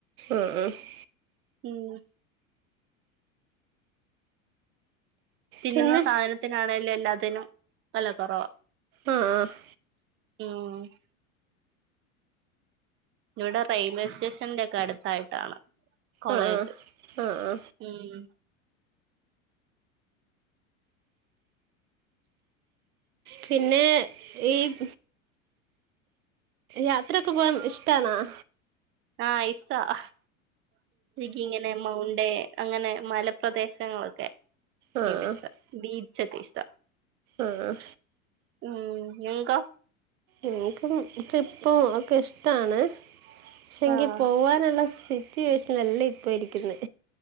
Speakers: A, on the right; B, on the right.
A: ആഹ് ആഹ് -
B: മ് - തിന്നുന്ന
A: പിന്നെ
B: സാധനത്തിനാണേലും എല്ലാത്തിനും വെല കൊറവാ-
A: ആഹ് -
B: മ് - ഇവിടെ റെയിൽവേ സ്റ്റേഷന്റെക്കെ അടുത്തായിട്ടാണ്- കോളേജ്
A: ആ ആ ആ ആ
B: ഉം-
A: പിന്നെ ഈ- യാത്രൊക്കെ പോവാൻ ഇഷ്ടാണാ-
B: ആഹ് ഇഷ്ട അഹ് എനിക്ക് ഇങ്ങനെ മൗണ്ടേ അങ്ങനെ മലപ്രദേശങ്ങളൊക്കെ എനിക്ക്
A: ആ ആ
B: ഇഷ്ട ബീച്ച്ക്കെ ഇഷ്ട.
A: ആഹ്
B: മ് നിങ്ങക്കോ?
A: എനിക്കും ട്രിപ്പു ഒക്കെ ഇഷ്ടാണ്. പക്ഷെ, എനിക്ക്
B: ആഹ്
A: പോവാനുള്ള സ് സിറ്റുവേഷൻ അല്ല ഇപ്പൊ ഇരിക്കുന്നെ.